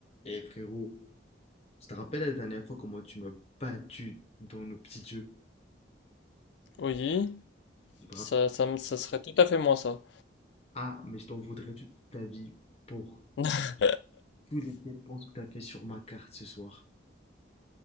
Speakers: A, on the left; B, on the left.
A: Et frérot, je te rappelle la dernière fois comment tu m'as battu dans nos petits jeux.
B: Oui,
A: Je me rappelle.
B: ça, ça, me- ça serait tout à fait moi ça.
A: Ah, mais je t'en voudrais toute ta vie pour
B: <laughs>
A: toutes les dépenses que t'as fait sur ma carte ce soir.